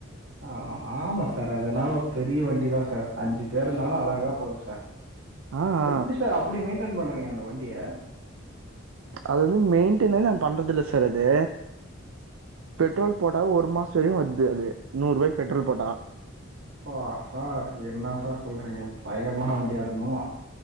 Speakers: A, on the right; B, on the right.
A: ஆ ஆமா சார் அது நாவோ பெரிய வண்டிதா சார் அஞ்சு பேருனாலு அழகா போகுது சார்
B: ஆ ஆ
A: எப்டி சார் அப்டி மெயின்டென் பண்றீங்க அந்த வண்டிய
B: அது வந்து மெயின்டெனே நா பண்றதில்ல சார் அது பெட்ரோல் போட்டா ஒரு மாசோ வரையு வருது அது நூறு ரூபாய்க்கு பெட்ரோல் போட்டா
A: அப்பா சார் என்ன சார் சொல்றீங்க பயங்கரமான வண்டியா இருக்குமோ